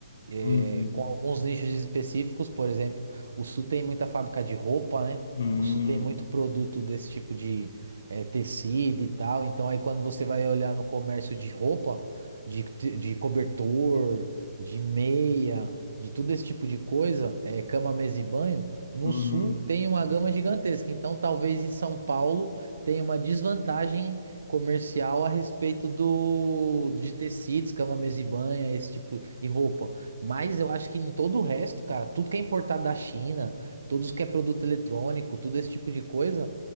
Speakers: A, on the right; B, on the left.
A: eh,
B: Uhum,
A: com alguns nichos específicos. Por exemplo, o Sul tem muita fábrica de roupa, né?
B: uhum,
A: O Sul tem muito produto desse tipo de, eh, tecido e tal. Então, aí quando você vai olhar no comércio de roupa, de, te- de cobertor, de meia, de tudo esse tipo de coisa, eh, cama, mesa e banho, no
B: uhum.
A: Sul tem uma gama gigantesca. Então, talvez em São Paulo tem uma desvantagem comercial a respeito do de tecidos, cama, mesa e banha, esse tipo e roupa. Mas eu acho que em todo o resto, cara, tudo que é importado da China, tudo que é produto eletrônico, tudo esse tipo de coisa,